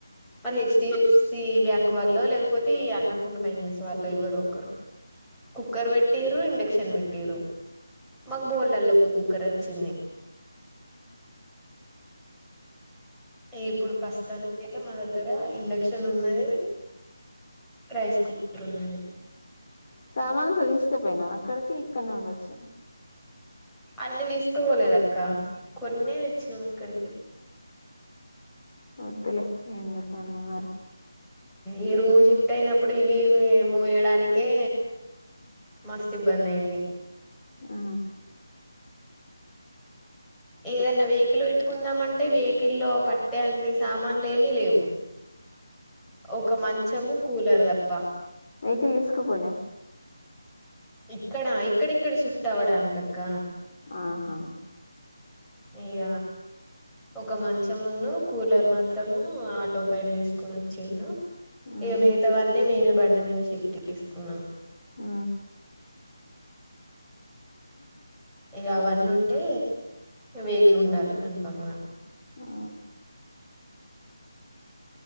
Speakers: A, in the centre; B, on the left.
A: మరి హెచ్డఎఫ్సి బ్యాంక్ వాళ్ళ లేకపోతే ఈ అన్నపూర్ణ ఫైనాన్స్ వాళ్ళ ఎవ్వరు ఒకరు కుక్కర్ పెట్టటిరు ఇండక్షన్ పెట్ట్టటిరు మాకు బోలల్లో ఒక కుక్కర్ వచ్చింది ఇప్పుడు ప్రస్తుతానికి అయితే మా దగ్గర ఇండక్షన్ ఉన్నది రైస్ కుక్కర్ ఉన్నది
B: సామానుంత తీసుకుపోయినాం అక్కడికి ఇక్కడనే ఉండొచ్చు
A: అన్ని తీసకవోలేదు అక్క కొన్నే తెచ్చినం ఇక్కడికి
B: వద్దులే ఎందుక అన్నీ మరి
A: ఈ రూమ్ షిఫ్ట్ అయినప్పుడు ఇవి మూవ్ వయడానికే మస్తు ఇబ్బంది అయింది
B: ఆ
A: ఏదన్నా వెహికల్ పెట్టుకుందామంటే వెహకిల్లో పట్టే అన్ని సామాన్లు ఏమిీ లేవు ఒక మంచము కూలర్ తప్ప బ
B: ఏకి స్కు పో
A: ఇక్కడా ఇక్కడిక్కడ షిఫ్ట్ అవ్వడానికికక్క
B: ఆహా
A: ఇక ఒక మంచంమున్న కూలర్ మాత్రము ఆటో పైన వసుకొని వచ్చా ఏనా
B: ఉమ్
A: ఏ మితవన్నీ మేమ బం మీద షిఫ్ట్ చేసుకున్నాం
B: ఉ అ
A: ఇక అవన్నీ ఉంటే వేగులు ఉండాలి కన్ఫామ్ గా
B: ఆ